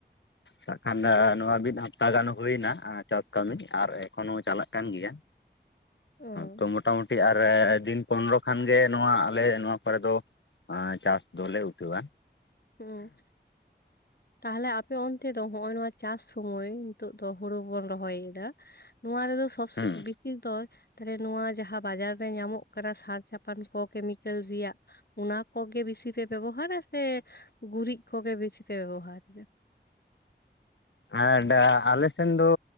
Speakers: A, on the left; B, on the left.
A: ᱵᱟᱠᱷᱟᱱ ᱫᱚ ᱱᱚᱣᱟ ᱢᱤᱫ ᱦᱟᱯᱛᱟ ᱜᱟᱱᱚᱜ ᱦᱩᱭ ᱮᱱᱟ ᱪᱟᱥ ᱠᱟᱹᱢᱤ ᱟᱨ ᱮᱠᱷᱚᱱ ᱦᱚᱸ ᱪᱟᱞᱟᱜ ᱠᱟᱱ ᱜᱮᱭᱟ
B: ᱚ
A: ᱛᱚ ᱢᱚᱴᱟᱢᱩᱴᱤ ᱫᱤᱱ ᱯᱚᱱᱨᱚ ᱠᱷᱟᱱᱜᱮ ᱱᱚᱣᱟ ᱟᱞᱮ ᱱᱚᱣᱟ ᱠᱚᱨᱮ ᱫᱚ ᱮ ᱪᱟᱥ ᱫᱚᱞᱮ ᱩᱴᱷᱟᱹᱣᱟ
B: ᱦᱮᱸ ᱛᱟᱦᱚᱞᱮ ᱟᱯᱮ ᱚᱱᱛᱮ ᱫᱚ ᱦᱚᱜ-ᱚᱭ ᱱᱚᱣᱟ ᱪᱟᱥ ᱥᱚᱢᱚᱭ ᱱᱤᱛᱚᱜ ᱫᱚ ᱦᱩᱲᱩ ᱵᱚᱱ ᱨᱚᱦᱚᱭᱮᱫᱟ ᱱᱚᱣᱟ ᱨᱮᱫᱚ ᱥᱚᱵ
A: ᱦᱩᱸ
B: ᱵᱮᱥᱤ ᱫᱚ ᱛᱟᱦᱚᱞᱮ ᱱᱚᱣᱟ ᱡᱟᱦᱟᱸ ᱵᱟᱡᱟᱨ ᱨᱮ ᱧᱟᱢᱚᱜ ᱠᱟᱱᱟ ᱥᱟᱨ ᱪᱷᱟᱯᱟᱱ ᱠᱚ ᱠᱮᱢᱤᱠᱮᱞ ᱨᱮᱭᱟᱜ ᱚᱱᱟ ᱠᱚ ᱜᱮ ᱵᱮᱥᱤ ᱯᱮ ᱵᱮᱵᱚᱦᱟᱨᱟ ᱥᱮ ᱜᱩᱨᱤᱡ ᱠᱚ ᱜᱮ ᱵᱮᱥᱤ ᱯᱮ ᱵᱮᱵᱚᱦᱟᱨᱟ ᱮᱜᱼᱟ
A: ᱟᱰᱟ ᱟᱞᱮ ᱥᱮᱱ ᱫᱚ